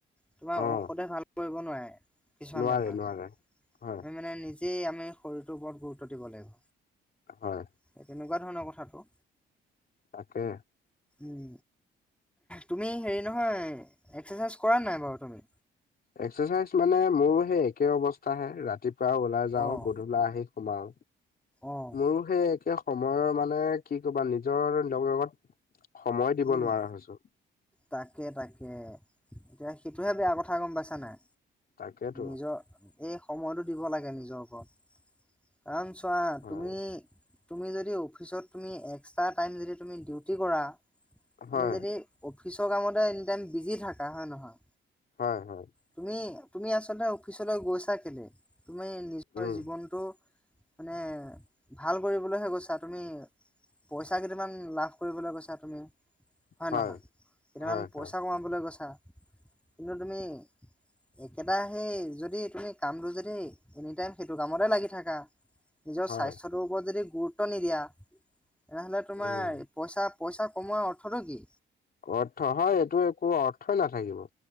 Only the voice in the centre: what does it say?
তোমাৰ
ঔষধে ভাল কৰিব নোৱাৰে, কিছুমান
বেমাৰ
তুমি
মানে নি <unintelligible> <unintelligible> আমি শৰীৰটোৰ ওপৰত গুৰুত্ব দিব লাগিব।
<unintelligible> তেনেকুৱা ধৰণৰ কথাটো
উম, তুমি হেৰি নহয়, এক্সাৰচাইজ কৰানে নাই বাৰু তুমি
অঁ
অঁ
উম
তাকে, তাকে, এতিয়া সেইটোহে বেয়া কথা গম পাইছা নাই
নিজৰ এই সময়তটো দিব লাগে, নিজৰ ওপৰত কাৰণ চোৱা
তুমি তুমি যদি অফিচত তুমি এক্সট্ৰা টাইম যদি তুমি ডিউটি কৰা তুমি
যদি অফিচৰ কামতে এনি টাইম বিজি থাককা হয়ে নহয়
তুমি তুমি আচলতে অফিচলৈ গৈছা কেলৈ, তুমি নিজৰ
জীৱনটো মানে ভাল কৰিবলৈহে গৈছা তুমি পইচা কেইটমান লাভ কৰিবলৈ গৈছা তুমি হয়ে
নহয় কেইটামান
পইচা
কমাবলৈ গৈছা, কিন্তু তুমি একেটা সেই, যদি তুমি কামটো যদি এনি টাইম সেইটো কামতে লাগি থাকা নিজৰ
স্বাস্থ্যটোৰ ওপৰত যদি গুৰুত্ব নিদিয়া তেনেহলে তোমাৰ
পইচা পইচা কমোৱাৰ অৰ্থটো কি?